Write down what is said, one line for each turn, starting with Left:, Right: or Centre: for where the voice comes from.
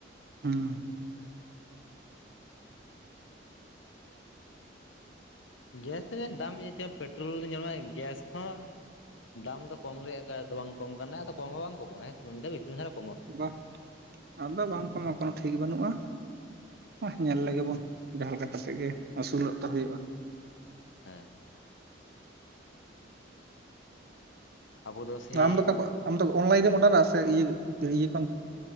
Right: ᱦᱩᱸ
Left: ᱜᱮᱥ ᱨᱮᱭᱟᱜ ᱫᱟᱢ ᱧᱮᱞᱛᱮ ᱯᱮᱴᱨᱳᱞ ᱧᱮᱞ ᱢᱮ ᱜᱮᱥ ᱦᱚᱸ ᱫᱟᱢ ᱫᱚ ᱠᱚᱢ ᱨᱮᱭᱟᱜ ᱫᱚ ᱵᱟᱝ ᱠᱚᱢ ᱠᱟᱱᱟ ᱟᱫᱚ ᱠᱚᱢ ᱦᱚᱸ ᱵᱟᱝ ᱠᱚᱢᱚᱜᱼᱟ ᱦᱮᱥᱮ ᱢᱤᱫ ᱫᱷᱟ ᱵᱤᱥᱤ ᱞᱮᱠᱷᱟᱱ
Right: ᱵᱟ ᱟᱫᱚ ᱵᱟᱝ ᱠᱚᱢᱚ ᱠᱳᱱᱳ ᱴᱷᱤᱠ ᱵᱟᱹᱱᱩᱜᱼᱟ ᱵᱟ ᱧᱮᱞ ᱞᱮᱜᱮ ᱵᱚᱱ ᱡᱟᱦᱟᱸ ᱞᱮᱠᱟ ᱠᱟᱛᱮᱜ ᱜᱮ ᱟᱹᱥᱩᱞᱚᱜ ᱛᱚ ᱦᱩᱭᱩᱜᱼᱟ
Left: ᱦᱮᱸ ᱟᱵᱚ ᱥᱮᱭ
Right: ᱟᱢ ᱫᱚ ᱚᱠᱟ ᱠᱷᱚᱡ ᱟᱢ ᱫᱚ ᱚᱱᱞᱟᱭᱤᱱ ᱨᱮᱢ ᱚᱰᱟᱨᱟ ᱥᱮ ᱤᱭᱟᱹ ᱤᱭᱟᱹ ᱠᱷᱚᱱ